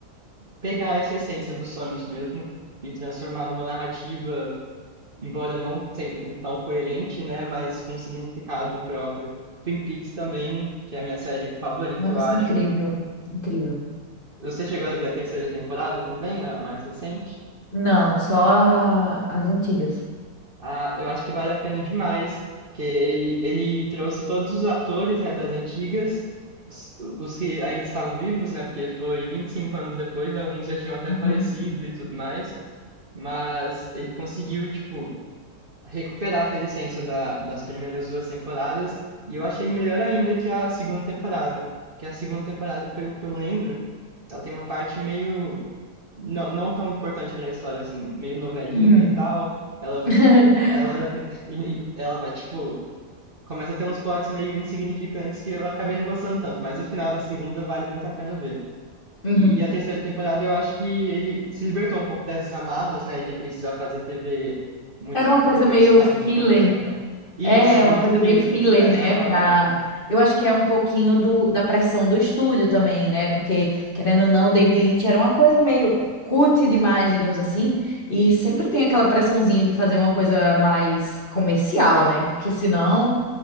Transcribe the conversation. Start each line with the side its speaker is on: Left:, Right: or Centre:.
Right: pegar essa essência dos sonhos mesmo e transformar numa narrativa, embora não sempre tão coerente, né, mas com significado próprio. Twin Peaks também, que é a minha série favorita,
Left: Nossa,
Right: eu acho.
Left: incrível. Incrível.
Right: Você chegou a ver a terceira temporada também, a mais recente?
Left: Não, só a- as antigas.
Right: Ah, eu acho que vale a pena demais, que ele, ele trouxe todos os atores, né, das antigas, os, os que ainda estavam vivos, né, porque foi 25 anos depois, alguns já tinham até
Left: Uhum.
Right: falecido e tudo mais, mas ele conseguiu, tipo, recuperar aquela essência da, das primeiras duas temporadas. E eu achei melhor ainda que a segunda temporada. Que a segunda temporada, pelo que eu lembro, ela tem uma parte meio. Não, não tão importante para a história, assim, meio novelinha
Left: Uhum.
Right: e tal. Ela.
Left: <laughs>
Right: Ela. <laughs> e- e Ela vai, tipo. Começa a ter uns plots meio insignificantes que eu acabei não gostando tanto, mas o final da segunda vale muito a pena ver.
Left: Uhum.
Right: E a terceira temporada eu acho que ele se libertou um pouco dessas amarras, né, de precisar fazer TV muito
Left: Era uma
Right: nessa
Left: coisa meio
Right: vibe
Left: filler.
Right: de novela. Isso,
Left: É,
Right: muito
Left: uma coisa
Right: filler,
Left: meio filler,
Right: essa
Left: né?
Right: é a palavra.
Left: Pra... Eu acho que é um pouquinho do, da pressão do estúdio também, né? Porque, querendo ou não, David Lynch era uma coisa meio cult demais, digamos assim. E sempre tem aquela pressãozinha de fazer uma coisa mais comercial, né? Porque senão.